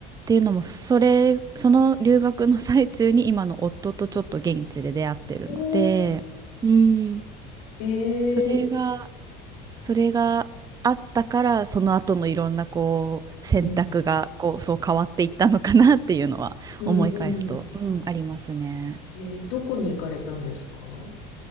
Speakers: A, on the right; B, on the left.
A: ていうのも、それ、その留学の最中に今の夫とちょっと現地で出会ってるので、
B: おー、
A: うん
B: えー、
A: それが、それがあったから、その後のいろんなこう選択がこうそう変わっていったのかなっていうのは思い返すと、
B: うん。うんうん
A: うん、ありますね。
B: えーどこに行かれたんですか